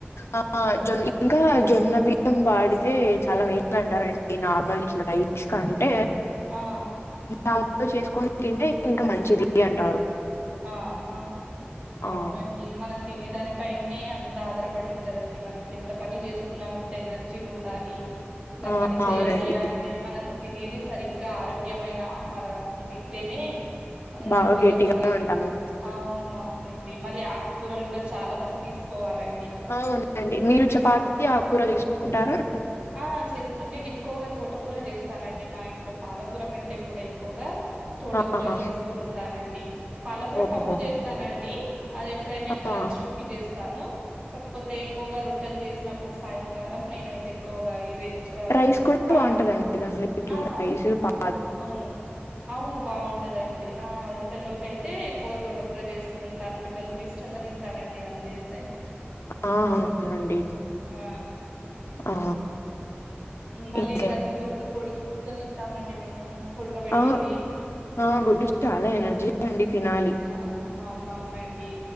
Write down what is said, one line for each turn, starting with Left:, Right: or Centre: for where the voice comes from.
Left: ఆ జొన్
Right: హ్మ్.
Left: ఇంకా జొన్న బియ్యం బాడి కీ చాలా మెయిన్ అంటారండి నార్మల్ ఇట్ల రైస్ కంటే
Right: ఆ!
Left: <unintelligible> చేస్కొన్ తింటే ఇంకా మంచిది అంటారు.
Right: ఆహ
Left: ఆ
Right: అవునండి మనం తినేదాని పైన్ నే అంత ఆధారపడి ఉంటదండి మనం ఇంత పని చేస్తున్నాం ఇంత ఎనర్జీగుండాలి. ఇలా
Left: ఆ
Right: పని చెయ్యాలి
Left: అవునండి
Right: అంటే మనం తినేది సరిగ్గా ఆరోగ్యమైన ఆహారం తింటేనే మనం
Left: బాగా
Right: సరిగ్గ
Left: గట్టిగా
Right: పని
Left: ఉంటాము
Right: అవును అవునండి మళ్ళీ ఆకుకూరలు కూడా చాలా వరకు తీస్కోవాలం
Left: అవునండి మీరు చపాతీ ఆక్కూర తీస్కుంటారా?
Right: ఆ చేస్తున్నా నేన్ ఎక్కువగా తోటకూర చేస్తానండి మా ఇంట్లో పాలకూర కంటే కూడా ఎక్కువగా తోటకూర
Left: ఆహా
Right: చేస్తూ ఉంటానండి. పాలకూర
Left: ఓహో
Right: పప్పు చేస్తానండి అది ఎప్పుడైనా ఇంకా
Left: ఆ
Right: లంచ్ లోకి చేస్తాను. కాక్పోతే ఎక్కువగా రొట్టెల్ చేసినప్పుడు సాయంకాలం నేనైతే ఎక్కువగా ఇదే చ్ ఆహ్,
Left: రైస్ కూడా
Right: పా
Left: బాగుంటందండి <unintelligible> కి
Right: ఆ!
Left: రైస్ ప
Right: అవును. అవును బాగుంటదండి ఆ రొట్టెల్లోకై తే ఎక్కువగ తోటకూర చేస్తూ ఉంటాను పిల్లలు గుడా ఇష్టంగా తింటారండి అలా చేస్తే
Left: ఆ అవునండి
Right: ఆ!
Left: ఆ
Right: మళ్ళీ
Left: ఇంకే
Right: ప్రతి రోజు కోడిగుడ్లు కూడా తింటామండి మేము ఉడకబెట్టింది.
Left: ఆ ఆ గుడ్డు చాలా ఎనర్జీ అండి తినాలి
Right: ఆ అవునవునండి